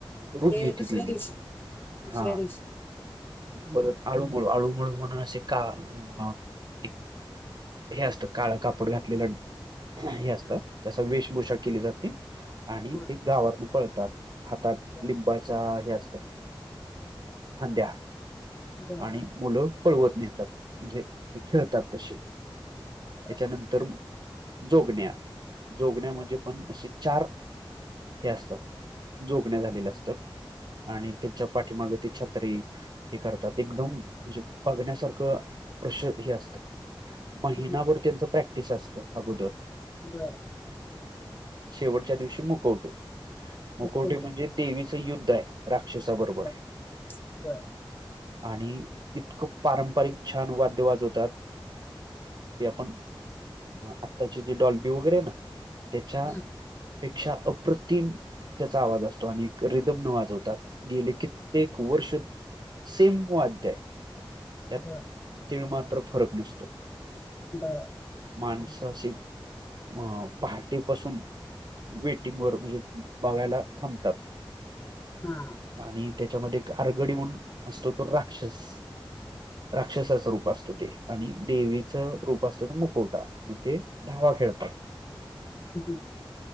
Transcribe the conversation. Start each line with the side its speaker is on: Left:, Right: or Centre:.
Right: रुप
Left: ते
Right: घेती
Left: दुसऱ्या
Right: देवी
Left: दिवशी दुसऱ्या
Right: हा
Left: दिवशी
Right: परत आळूमुळ आळूमुळ म्हणून असे एक हे असतं काळं कापड घातलेलं हे असतात त्याचा वेशभूषा केली जाते. आणि
Left: बर
Right: ते गावातून पळतात हातात
Left: बर
Right: लिंब हे असत फांद्या
Left: बर
Right: आणि मुलं पळवत नेतात म्हणजे ते खेळतात तसे.
Left: बर
Right: त्याच्यानंतर जोगण्या जोगण्या
Left: बर
Right: म्हणजे पण असे चार हे असतात जोगण्या झालेल्या. आणि त्यांच्या पाठीमागे त छात्री. हे करतात एकदम म्हणजे बघण्यासारखं प्रश हे असत. महिनाभर
Left: हम्म, हम्म,
Right: त्यांच प्रॅक्टिस असतं अगोदर
Left: बरं
Right: शेवटच्या दिवशी मुकवटे मुकवटे
Left: उखवटे
Right: म्हणजे देवी. ं युद्ध आहे राक्षसाबरोबर
Left: बर बर
Right: आणि इतकं पारंपरिक छान वाद्यवाज वतात. ते आपण आत्ताची जे डॉल्टी वगैरे ना त्याच्या
Left: हम्म,
Right: पेक्षा अप्रतिम त्याचा आवाज असतो आणि रिदम न वाजवतात गेले कित्येक वर्ष सेम वाद्य आहे. त्यात
Left: बर
Right: तिळ मात्र फरक नसतो.
Left: बरं.
Right: माणसा
Left: हां, हां.
Right: सिंग अ पहाटेपासून वेटिंग वर म्हणजे बघायला थांबतात.
Left: हा
Right: आणि त्याच्यामध्ये एक आरगडी म्हणून असतो तो राक्षस राक्षसाचं रूप असतं ते आणि देवीचं रूप असतं तर मुकोटा मग ते धावा खेळतात
Left: हं, हं.